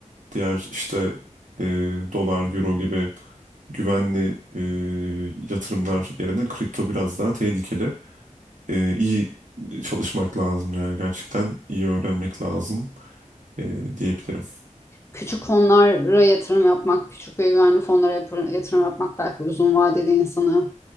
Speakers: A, on the right (about 75°); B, on the left (about 20°).
A: diğer işte e, dolar, euro gibi güvenli e, yatırımlar yerine kripto biraz daha tehlikeli. e, iyi çalışmak lazım yani gerçekten iyi öğrenmek lazım e, diyebilirim.
B: Küçük fonlara yatırım yapmak, küçük ve güvenli fonlara yap- yatırım yapmak belki uzun vadede insanı,